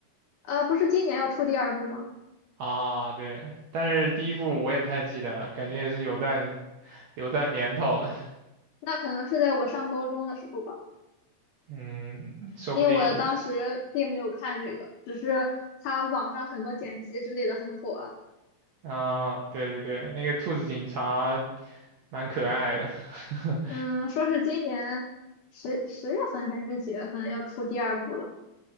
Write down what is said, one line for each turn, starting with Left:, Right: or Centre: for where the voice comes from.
Left: 呃，不是今年要出第二部吗？
Right: 啊，对，但是第一部我也不太记得了，感觉也是有段有段年头了。
Left: 那可能是在我上高中的时候吧，
Right: 嗯，说不定
Left: 因为我当时并没有看这个，只是它网上很多剪辑之类的很火啊。
Right: 啊，对对对，那个兔子警察蛮可爱的，<laughs>
Left: 嗯，说是今年十十月份还是几月份要出第二部了